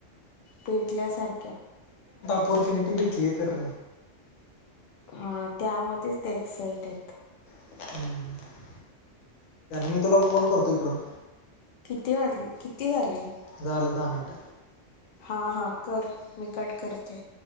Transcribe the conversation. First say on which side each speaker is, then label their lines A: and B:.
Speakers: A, on the left; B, on the left.
A: पेटल्यासारख्या.
B: ऑपॉर्च्युनिटी भेटली तर
A: आ त्यामध्येच त्या एक्साइट एत.
B: हं, मी तुला फोन करतो इकडून.
A: किती वाजलेत किती झाले?
B: झालेत दहा मिनट.
A: हा हा कर. मी कट करते.